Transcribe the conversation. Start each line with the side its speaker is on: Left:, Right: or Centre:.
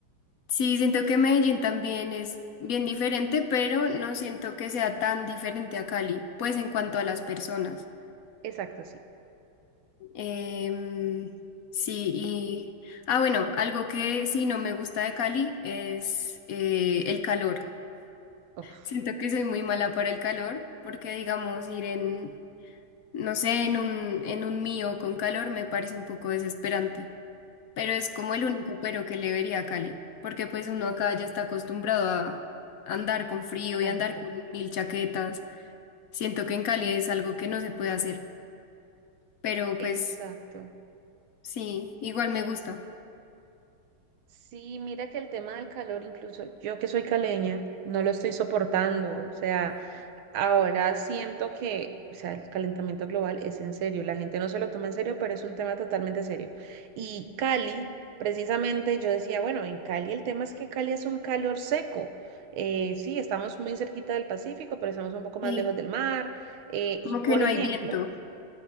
Left: Sí, siento que Medellín también es bien diferente, pero no siento que sea tan diferente a Cali, pues en cuanto a las personas.
Right: Exacto, sí.
Left: Em, sí, y... Ah, bueno, algo que sí no me gusta de Cali es eh, el calor.
Right: Uf,
Left: Siento que soy muy mala para el calor, porque digamos ir en, no sé, en un, en un mío con calor me parece un poco desesperante, pero es como el único pero que le vería a Cali, porque pues uno acá ya está acostumbrado a andar con frío y andar
Right: Alfredo.
Left: con mil chaquetas. Siento que en Cali es algo que no se puede hacer, pero pues
Right: Exacto.
Left: sí, igual me gusta.
Right: Sí, mira que el tema del calor, incluso yo que soy caleña, no lo estoy soportando. O sea, Ahora siento que, o sea, el calentamiento global es en serio, la gente no se lo toma en serio, pero es un tema totalmente serio. Y Cali, precisamente yo decía, bueno, en Cali el tema es que Cali es un calor seco. Eh, sí, estamos muy cerquita del Pacífico, pero estamos un poco más
Left: Sí,
Right: lejos del mar. eh,
Left: como
Right: y por
Left: que no
Right: ejemplo,
Left: hay viento.